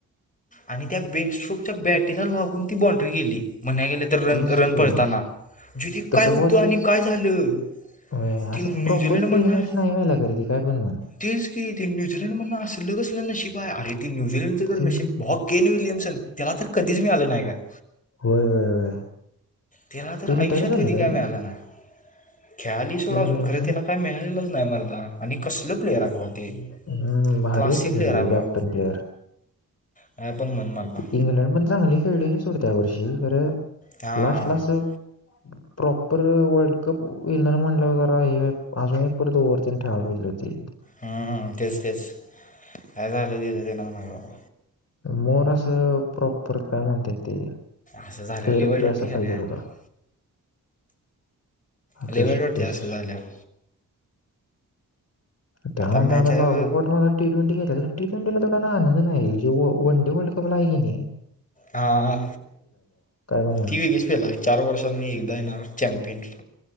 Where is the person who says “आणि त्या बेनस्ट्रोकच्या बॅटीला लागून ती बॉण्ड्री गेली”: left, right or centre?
Left